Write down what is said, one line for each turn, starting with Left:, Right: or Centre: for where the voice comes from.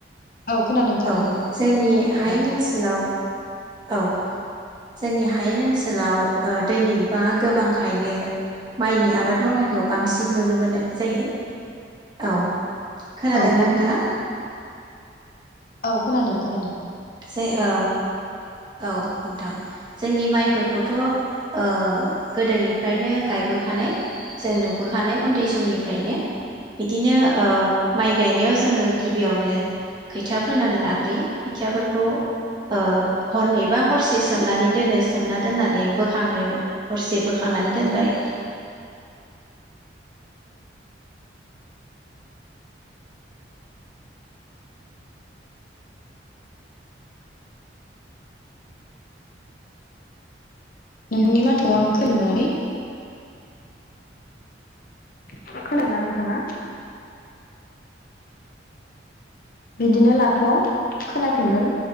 Left: औ खोनादों खोनादों
Right: औ जोंनि हायेन
Left: दा
Right: ओनसोलाव औ जोंनि हायेन ओनसोलाव ओ दैनि बिबाङा गोब गोबांखायनो माइनि आबाद मावनायखौ बांसिन नुनो मोनो जायो। औ खोनादोंना
Left: औ
Right: नोंथाङा?
Left: औ खोनादों खोनादों
Right: ओइ ओ औ नोंथां जोंनि माइफोरखौथ' ओ गोदोनिफ्रायनो गायबोखानाय जों नुबोखानाय उन्दै समनि फ्रायनो बिदिनो ओ माइ गायनायाव जोङो गिबियावनो खैथा फोनानै लाग्रोयो खोथियाफोरखौ ओ हरनै बा हरसे सोमनानै दोनो सोमना दोननानै बोखांनो हरसे बोखांनानै दोनबाय।
Left: नोंनि माथोआव आं खोनानानै <inaudible> खोनादों ना नोंथाङा? बिदिनो लाथ' खोनाफिनगोन।